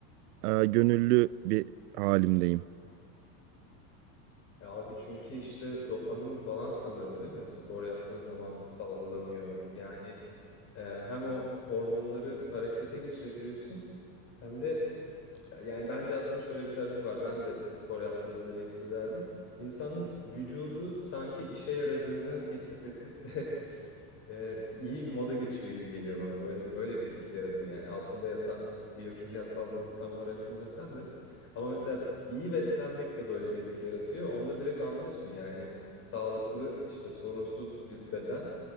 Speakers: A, on the right; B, on the left.
A: e, gönüllü bir halimdeyim.
B: e, abi çünkü işte dopamin falan sanırım değil mi? Spor yaptığın zaman salgılanıyor. Yani Ee, hem o hormonları harekete geçirebiliyorsun hem de yani bence aslında şöyle bir tarafı var. Ben de spor yaptığımda öyle hissederdim. İnsanın vücudu sanki işe yaradığını hissedip de <laughs> e, iyi bir moda geçiyor gibi geliyor bana. Böyle öyle bir his yaratıyor yani altında yatan biyokimyasal durumu tam olarak bilmesem de. Ama mesela iyi beslenmek de böyle bir etki yaratıyor. Onda direkt anlıyorsun yani sağlıklı işte sorunsuz bir beden